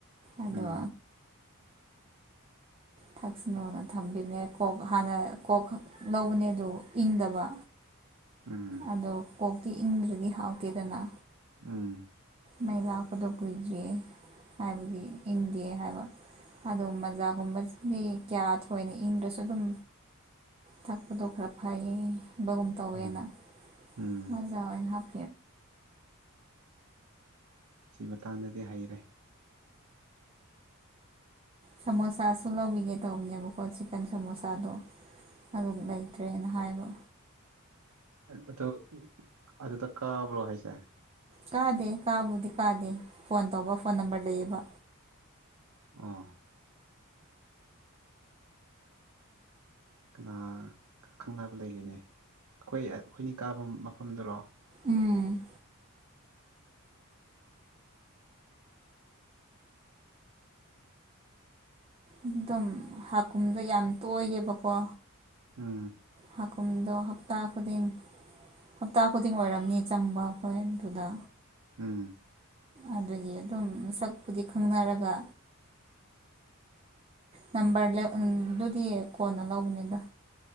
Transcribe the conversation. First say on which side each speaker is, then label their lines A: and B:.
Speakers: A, on the right; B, on the right.
A: ꯑꯗ
B: ꯎꯝ
A: ꯊꯛꯁꯅꯣꯅ ꯊꯝꯕꯤꯕꯅꯦ ꯀꯣꯛ ꯍꯥꯟꯅ ꯀꯣꯛ ꯂꯧꯕꯅꯦ ꯑꯗꯨ ꯏꯪꯗꯕ
B: ꯎꯝ
A: ꯑꯗꯣ ꯀꯣꯛꯇꯤ ꯏꯪꯗ꯭ꯔꯗꯤ ꯍꯥꯎꯇꯦꯗꯅ
B: ꯎꯝ
A: ꯃꯩ ꯂꯥꯛꯄꯗꯣ ꯀꯨꯏꯗ꯭ꯔꯤꯌꯦ ꯍꯥꯏꯕꯗꯤ ꯏꯪꯗꯦ ꯍꯥꯏꯕ ꯑꯗꯨ ꯃꯖꯥꯒꯨꯝꯕꯁꯤꯗꯤ ꯀꯌꯥ ꯊꯣꯏꯅ ꯏꯪꯗ꯭ꯔꯁꯨ ꯑꯗꯨꯝ ꯊꯛꯄꯗꯣ ꯈꯔ ꯐꯩꯌꯦꯕꯒꯨꯝ ꯇꯧꯋꯦꯅ
B: ꯎꯝ ꯎꯝ
A: ꯃꯖꯥ ꯑꯣꯏꯅ ꯍꯥꯞ
B: ꯁꯤ ꯃꯇꯥꯡꯗꯗꯤ ꯍꯩꯔꯦ
A: ꯁꯃꯣꯁꯥ ꯁꯂꯣꯚꯤꯒ ꯇꯧꯕꯉꯨꯀꯣ ꯆꯤꯦꯟ ꯁꯃꯣꯁꯥꯗ ꯑꯗꯨꯗ ꯂꯩꯏ ꯇꯔ ꯅꯍꯥꯏꯕꯣ
B: ꯑꯗꯨ ꯑꯗꯨꯗ ꯀꯥꯕ꯭ꯔꯣ ꯍꯥꯏꯁꯦ
A: ꯀꯥꯗꯦ ꯀꯥꯕꯨꯗꯤ ꯀꯥꯗꯦ ꯐꯣꯟ ꯇꯧꯕ ꯐꯣꯟ ꯅꯝꯕꯔ ꯂꯩꯌꯦꯕ
B: ꯑꯥ ꯀꯅꯥ ꯈꯪꯅꯕ ꯂꯩꯒꯦꯅꯤ ꯑꯩꯈꯣꯏ ꯑꯩꯈꯣꯏꯅꯤ ꯀꯥꯕ ꯃꯐꯝꯗꯨꯔꯣ
A: ꯎꯝ ꯑꯗꯨꯝ ꯍꯥꯀꯨꯝꯗꯣ ꯌꯥꯝ ꯇꯣꯏꯌꯦꯕꯀꯣ
B: ꯎꯝ
A: ꯍꯥꯥꯛꯀꯨꯝꯗꯣ ꯍꯞꯇꯥ ꯈꯨꯗꯤꯡ ꯍꯞꯇꯥ ꯈꯨꯗꯤꯡ ꯑꯣꯏꯔꯝꯅꯤ ꯆꯪꯕ ꯑꯩꯈꯣꯏ ꯑꯗꯨꯗ
B: ꯎꯝ
A: ꯑꯗꯨꯒꯤ ꯑꯗꯨꯝ ꯁꯛꯄꯨꯗꯤ ꯈꯪꯅꯔꯒ ꯅꯝꯕꯔ ꯑꯗꯨꯗꯤ ꯀꯣꯟꯅ ꯂꯧꯕꯅꯤꯗ